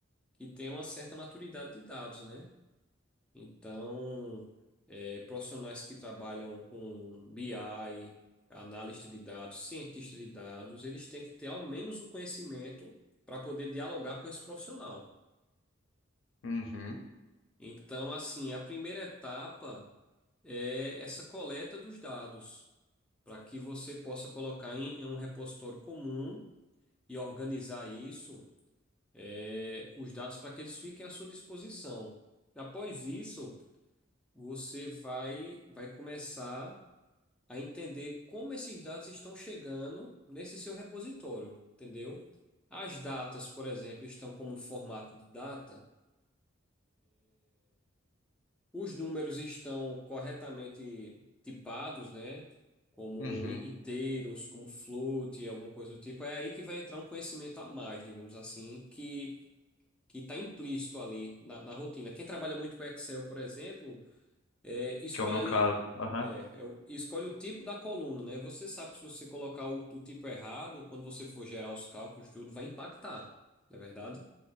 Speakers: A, in the centre; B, on the left.
A: que tem uma certa maturidade de dados, né? Então, é, profissionais que trabalham com BI, analista de dados, cientista de dados, eles têm que ter ao menos o conhecimento para poder dialogar com esse profissional.
B: Uhum,
A: Então, assim, a primeira etapa é essa coleta dos dados, para que você possa colocar em, em um repositório comum e organizar isso, é, os dados para que eles fiquem à sua disposição. Após isso, você vai, vai começar a entender como esses dados estão chegando nesse seu repositório, entendeu? As datas, por exemplo, estão como um formato de data. Os números estão corretamente tipados, né? Como
B: uhum.
A: in- inteiros, como float, alguma coisa do tipo. É aí que vai entrar um conhecimento a mais, digamos assim, que que está implícito ali na, na rotina. Quem trabalha muito com Excel, por exemplo, é, escolhe
B: Que é o meu
A: ali,
B: caso. Aham.
A: é, é o- escolhe o tipo da coluna, né? Você sabe que se você colocar o, o tipo errado, quando você for gerar os cálculos, tudo vai impactar, não é verdade?